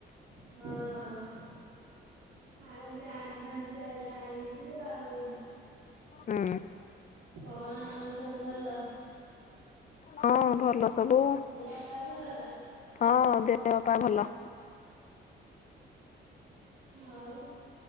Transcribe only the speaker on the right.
ହଁ ଆଉ ଆଡଭାନ୍ସ ଥ୍ୟାଙ୍କ ୟୁ ଆଉ
କଣ ଆଉ ସବୁ ଭଲ
ଦେହ ପା ଭଲ ନା?
ହଉ